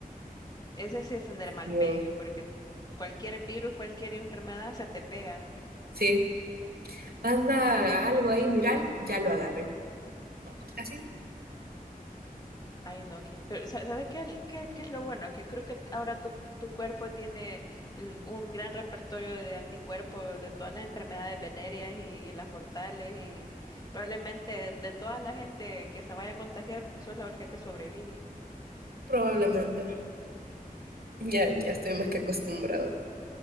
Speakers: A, on the left (about 25°); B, on the right (about 85°).
A: ese sí es tener mal
B: Y
A: pega,
B: yo,
A: porque cualquier virus, cualquier enfermedad se te pega.
B: sí, anda algo ahí viral, ya lo agarré. Así,
A: Ay, no, ¿quién? Pero, sa- ¿sabes qué, el- qué, qué es lo bueno? Que creo que t- ahora tu, tu cuerpo tiene l- un gran repertorio de anticuerpos de todas las enfermedades venéreas y, y las mortales, y probablemente de toda la gente que se vaya a contagiar, sos la única que sobrevive.
B: probablemente. Ya, ya estoy más que acostumbrado.